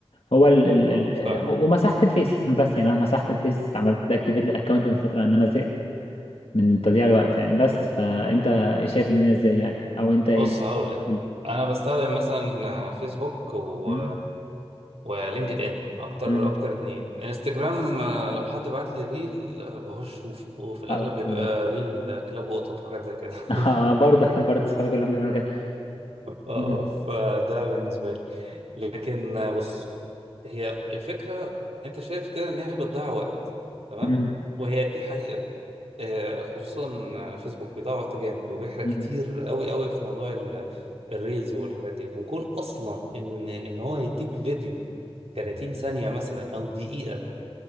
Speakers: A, on the left; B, on the right.
A: هو ال ال
B: ما
A: ال
B: فاهمك
A: ومسحت الفيس <laughs> بس يعني انا مسحت الفيس عملت اكتيفيت الاكونت من فتره ان انا زهقت من تضييع الوقت يعني بس فانت ايه شايف الدنيا ازاي يعني او انت ايه
B: بص
A: اللي-
B: هقول لك
A: بتقول لي؟
B: انا بستخدم مثلا آه، فيسبوك و...
A: مم؟
B: ولينكد ان اكتر
A: مم.
B: اكتر اتنين انستجرام آه، لو حد بعت لي ريل آه، بخش اشوفه وفي الاغلب
A: آه، بالظبط
B: بيبقى ريل آه، كلاب وقطط وحاجات زي كده <laughs>
A: <laughs> آه، برضه انا برضه صحابي كلهم بيعملوا كده
B: اه
A: مم.
B: فده بالنسبة لي لكن آه، بص هي الفكرة انت شايف كده ان هي بتضيع وقت تمام
A: مم.
B: وهي دي حقيقة آه، خصوصا آه، فيسبوك بيضيع وقت جامد وبيحرق
A: مم.
B: كتير قوي قوي في موضوع ال- الريلز والحاجات دي وكون اصلا ان ان هو يديك فيديو 30 ثانية مثلا او دقيقة